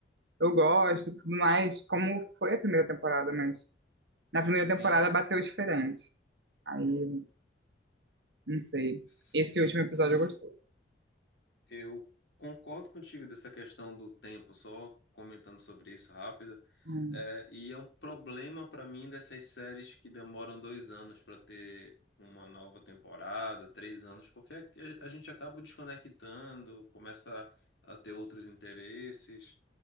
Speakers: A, on the right; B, on the left.
A: eu gosto e tudo mais, como foi a primeira temporada, mas na primeira
B: sim.
A: temporada bateu diferente. Aí, não sei.
B: Sim,
A: Esse último episódio eu gostei.
B: Eu concordo contigo dessa questão do tempo, só comentando sobre isso rápido.
A: Hum,
B: É, e é um problema para mim dessas séries que demoram dois anos para ter uma nova temporada, três anos, porque a, a gente acaba desconectando, começa a ter outros interesses.